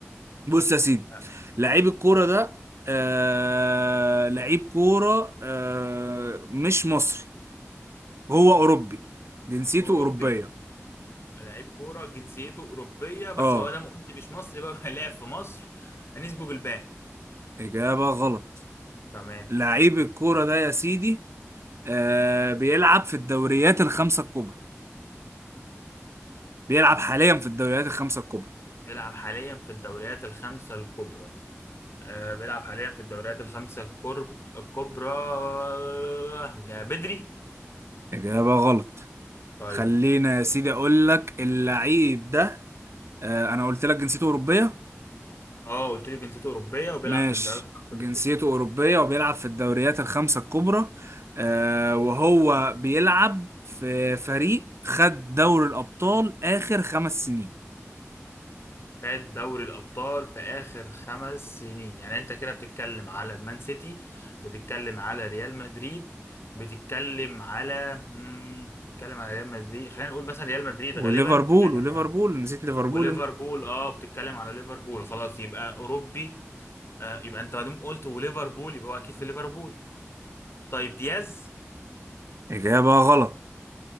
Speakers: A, on the right (about 60°); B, on the left (about 55°).
A: بص يا سيدي
B: آه.
A: لعيب الكورة ده آه لعيب كورة آه مش مصري هو اوروبي جنسيته
B: اوروبي
A: اوروبية
B: لعيب كوره جنسيته اوروبيه بس
A: اه
B: هو ده ما قلت مش مصري بقى <laughs> لعب في مصر نسبه جلبان
A: اجابة غلط
B: تمام
A: لعيب الكورة ده يا سيدي آه بيلعب في الدوريات الخمسة الكبرى بيلعب حاليا في الدوريات الخمسة الكبرى
B: بيلعب حاليا في الدوريات الخمسه الكبرى آه بيلعب حاليا في الدوريات الخمسه الكرب- الكبرى آه، بدري
A: إجابة غلط
B: طيب
A: خلينا يا سيدي أقول لك اللعيب ده آه أنا قلت لك جنسيته أوروبية
B: اه قلت لي جنسيته اوروبيه وبيلعب
A: ماشي
B: في الدوريات الخمسه
A: جنسيته
B: الكبرى
A: أوروبية وبيلعب في الدوريات الخمسة الكبرى آه وهو بيلعب في فريق خد دوري الأبطال آخر خمس سنين
B: خد دوري الأبطال في آخر خمس سنين يعني أنت كده بتتكلم على المان سيتي بتتكلم على ريال مدريد بتتكلم على مم... بتتكلم على ريال مدريد خلينا نقول مثلا ريال مدريد
A: وليفربول
B: غالبا
A: وليفربول
B: آه،
A: نسيت ليفربول
B: وليفربول
A: أنت
B: اه بتتكلم على ليفربول خلاص يبقى أوروبي آه يبقى أنت ما دام قلت وليفربول يبقى هو أكيد في ليفربول طيب دياز
A: إجابة غلط